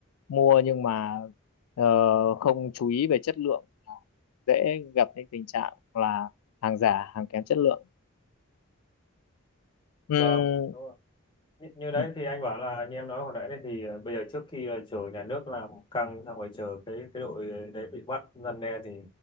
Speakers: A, on the left; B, on the left.
A: mua nhưng mà ờ, không chú ý về chất lượng dễ gặp những tình trạng là hàng giả hàng kém chất lượng ừ,
B: vâng đúng rồi. như, như đấy
A: ừ,
B: thì anh bảo là như em nói hồi nãy này thì ờ, bây giờ trước khi là chờ nhà nước làm căng xong rồi chờ cái cái đội đấy bị bắt răn đe thì